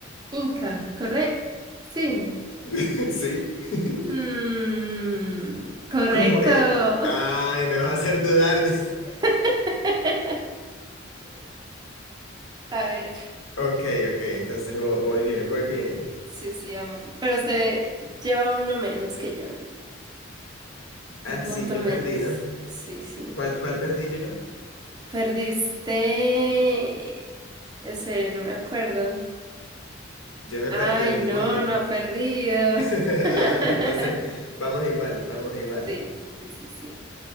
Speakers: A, on the right; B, on the left.
A: Inca, ¿correcto? Sí.
B: <laughs> ¿Sí? <laughs>
A: Mm, correcto.
B: ¿Cómo? Eh, ay, me vas a hacer dudar. de-
A: <laughs> A ver,
B: <laughs> Ok, ok, entonces vo- voy, bien, voy bien.
A: sí, sí, vamos. Pero usted lleva uno menos que yo,
B: Ah,
A: un punto
B: sí, yo
A: menos.
B: perdí, ¿no?
A: Sí, sí.
B: ¿Cuál, cuál perdí yo?
A: Perdiste. Espera, no me acuerdo.
B: Yo no
A: Ay,
B: he perdido ninguno.
A: no, no ha perdido.
B: <laughs>
A: <laughs>
B: Ah, entonces, vamos igual, vamos igual.
A: Sí, sí, sí, sí.